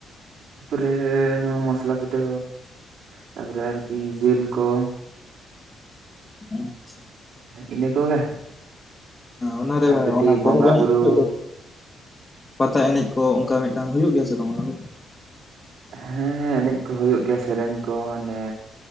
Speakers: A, on the right; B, on the left.
A: ᱛᱟᱨᱯᱚᱨᱮ ᱱᱚᱣᱟ ᱢᱚᱥᱞᱟ ᱯᱤᱴᱷᱟᱹ ᱛᱟᱨᱯᱚᱨᱮ ᱟᱨᱠᱤ ᱡᱤᱞ ᱠᱚ
B: ᱟᱪᱪᱷᱟ
A: ᱤᱱᱟᱹ ᱠᱚᱜᱮ
B: ᱚᱱᱟᱨᱮ
A: ᱟᱨ ᱠᱟᱹᱴᱤᱡ
B: ᱚᱱᱟ ᱯᱚᱨᱚᱵ
A: ᱵᱚᱸᱜᱟ ᱵᱩᱨᱩ
B: ᱦᱩᱭᱩᱜ ᱫᱚ ᱯᱟᱛᱟ ᱮᱱᱮᱡ ᱠᱚ ᱚᱱᱠᱟ ᱢᱤᱫᱴᱟᱝ ᱦᱩᱭᱩᱜ ᱜᱮᱭᱟ ᱥᱮ ᱵᱟᱝ ᱚᱱᱟ ᱠᱚ
A: ᱦᱮᱸ ᱮᱱᱮᱡ ᱠᱚ ᱦᱩᱭᱩᱜ ᱜᱮᱭᱟ ᱥᱮᱨᱮᱧ ᱠᱚ ᱚᱱᱮ